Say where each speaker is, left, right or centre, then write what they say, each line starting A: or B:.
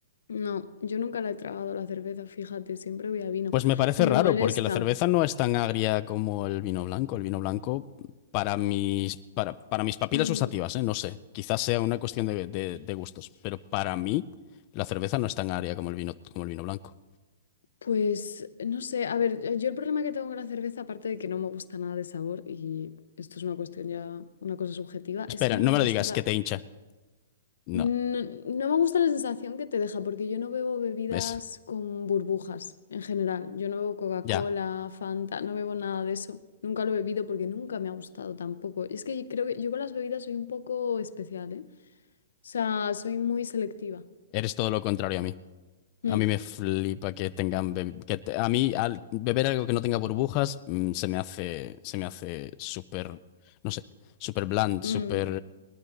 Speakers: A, on the left; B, on the left.
A: No, yo nunca la he tragado la cerveza, fíjate, siempre voy a vino.
B: Pues me parece
A: Y me
B: raro,
A: molesta.
B: porque la cerveza no es tan agria como el vino blanco. El vino blanco, para mis, para, para mis papilas
A: Mm,
B: gustativas, ¿eh? No sé, quizás sea una cuestión de, de- de gustos, pero para mí la cerveza no es tan agria como el vino, como el vino blanco.
A: pues no sé, a ver, yo yo el problema que tengo con la cerveza, aparte de que no me gusta nada de sabor, y esto es una cuestión ya, una cosa subjetiva,
B: Espera,
A: es que no
B: no
A: me
B: me
A: gusta
B: lo digas,
A: la
B: que te hincha. No,
A: No, no me gusta la sensación que te deja, porque yo no bebo bebidas
B: ves,
A: con burbujas en general. Yo no bebo Coca-Cola,
B: ya,
A: Fanta, no bebo nada de eso. Nunca lo he bebido porque nunca me ha gustado tampoco. Es que creo que yo con las bebidas soy un poco especial, ¿eh? O sea, soy muy selectiva.
B: eres todo lo contrario a mí.
A: Mm,
B: A mí me flipa que tengan... be- Que te- a mí, al beber algo que no tenga burbujas, mm, se me hace, se me hace súper, no sé, súper bland, súper...
A: mm.